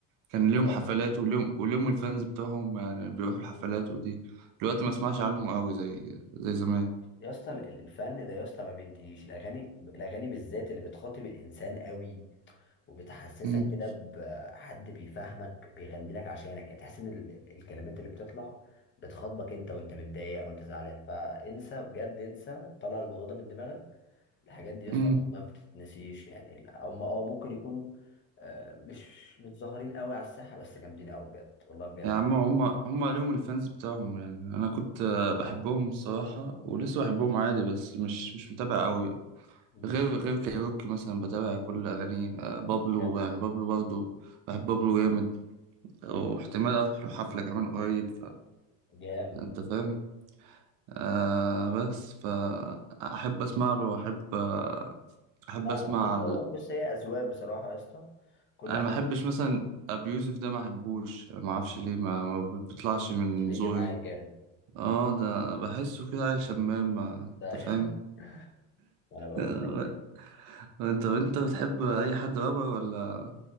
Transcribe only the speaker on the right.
كان
ليهم
حفلات وليهم وليهم الفانز بتوعهم يعني بيروحوا الحفلات ودي دلوقتي ما اسمعش عنهم قوي زي زي زمان
امم
امم
يا عم هم هم ليهم الفانز بتاعهم يعني انا كنت آه، بحبهم الصراحة ولسه بحبهم عادي بس مش مش متابع قوي
غير غير كايروكي مثلا بتابع كل اغانيه آه، بابلو
يعني بابلو برضو بحب بابلو جامد واحتمال اروح له حفلة كمان قريب
فانت فاهم آه بس فأحب أسمع له وأحب آه، أحب
أسمع
ال-
أنا
ما أحبش مثلا أبي يوسف ده ما أحبوش ما أعرفش ليه ما, ما بيطلعش من
زوري
آه ده بحسه كده عيل شمام ما
أنت فاهم
آه،
أنت أنت بتحب أي حد رابر ولا